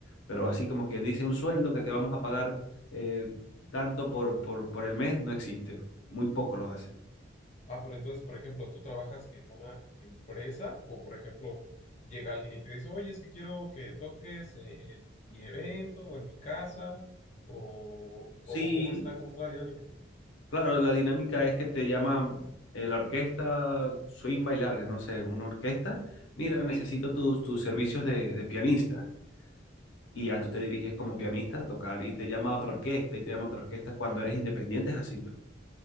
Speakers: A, on the left; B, on the left.
A: Pero así como quien dice, un sueldo que te vamos a pagar eh, tanto por, por, por el mes, no existe. Muy poco los hacen.
B: Ah, pero entonces, por ejemplo, tú trabajas en una empresa o, por ejemplo, llega alguien y te dice, oye, es que quiero que toques eh, en mi evento o en mi casa o, o,
A: Sí,
B: o cómo está, cómo está la dinámica.
A: Claro, la dinámica es que te llama eh, la orquesta swing bailable, no sé, una orquesta. Mira,
B: Ajá.
A: necesito tus, tus servicios de, de pianista. Y
B: Ah,
A: ya tú te diriges como pianista a tocar y te llama otra orquesta y te llama otra orquesta cuando eres independiente, es así. pues.